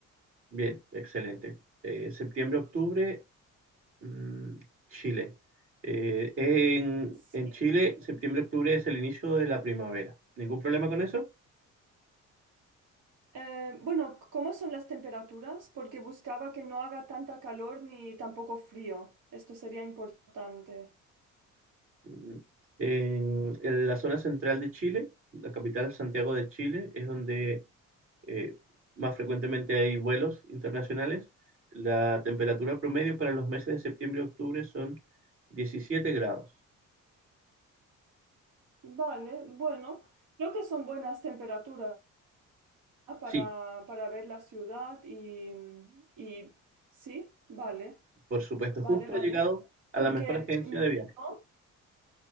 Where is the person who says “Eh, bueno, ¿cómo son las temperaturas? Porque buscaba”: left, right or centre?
Right